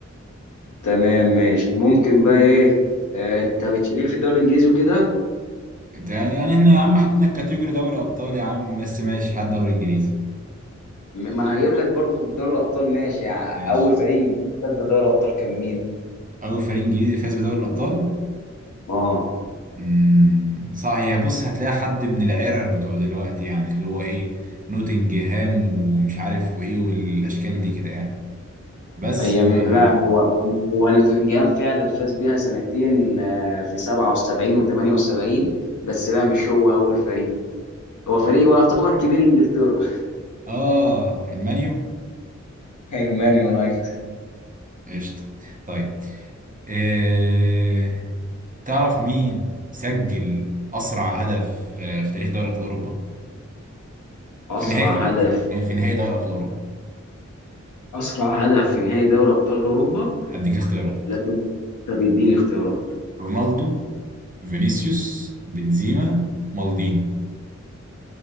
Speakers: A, on the left; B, on the right.
A: تمام ماشي ممكن بقى إيه آه، أنت بتش... ليك في الدوري الإنجليزي وكده
B: انت يعني يعني احنا يا عم حددنا الكاتيجوري دوري ابطال يا عم بس ماشي هات دوري انجليزي
A: م- ما أنا هجيب لك برضه في دوري الأبطال ماشي يعني
B: ماشي
A: أول فريق إنجليزي فاز بدوري الأبطال كان مين؟
B: اول فريق انجليزي فاز بدوري الابطال
A: اه
B: امم صح هي بص هتلاقي حد من العرر بتوع دلوقتي يعني اللي هو ايه نوتنجهام ومش عارف وايه والاشكال دي كده يعني بس
A: هي
B: مع
A: م- لا هو هو نوتنجهام فعلا فاز بيها سنتين آه، في 77 و78 بس لا مش هو اول فريق هو فريق هو يعتبر كبير انجلترا
B: اه المانيو
A: <laughs> المان يونايتد
B: قشطة طيب إيه... تعرف مين سجل أسرع هدف في في تاريخ دوري أبطال أوروبا؟
A: اسرع
B: في نهائي
A: هدف
B: في في نهائي دوري أبطال أوروبا
A: اسرع هدف في نهائي دوري ابطال اوروبا
B: هديك اختيارات
A: لا طب طب اديني اختيارات
B: رونالدو فينيسيوس بنزيما مالديني